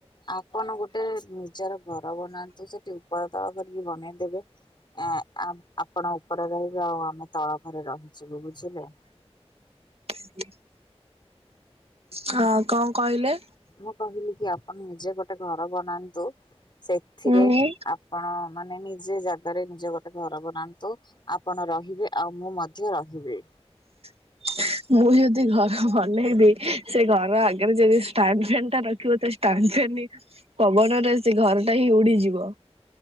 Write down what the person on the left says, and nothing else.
ଆପଣ ଗୋଟେ ଉଁ ନିଜର ଘର ବନାନ୍ତୁ ସେଠି ଉପର ତଳ କରିକି ବନେଇଦେବେ। ଏଁ ଆପ୍ ଆପଣ ଉପରେ ରହିବେ ଆଉ ଆମେ ତଳ ଘରେ ରହିଯିବୁ ବୁଝିଲେ।
ମୁଁ କହିଲି କି ଆପଣ ନିଜେ ଗୋଟେ ଘର ବନାନ୍ତୁ। ସେଥିରେ
ଆପଣ ମାନେ ନିଜେ ଜାଗାରେ ନିଜେ ଗୋଟେ ଘର ବନାନ୍ତୁ ଆପଣର ରହିବେ ଆଉ ମୁଁ ମଧ୍ୟ ରହିବି।